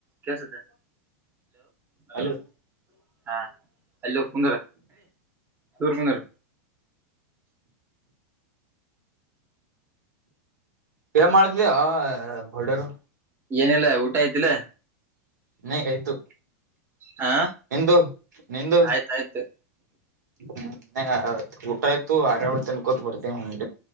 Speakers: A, on the right (about 25°); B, on the right (about 85°).
A: ಕ ಸೋುತ್ತ hello
B: hello
A: ಹ ಹಲೋ ಕು ತೋರ್ಕಂದಾರ
B: ಏ ಮಾಡತವಿ ಬಲ್ಡರು
A: ಏನಿಲ್ಲ ಊಟ ಆಯ್ತಿಲ್ಲ
B: ನಗ ಆಯ್ತು
A: ಹಾ
B: ನಿಂದು ನಿಂದು
A: ಆಯ್ತಾಯ್ತು
B: ಹ್ಮ್ ನ ಊಟ ಆಯ್ತು ಆರಾಮ ಇತ ಅನ್ಕೂತ್ ಬರ್ತೀವಿ ಹ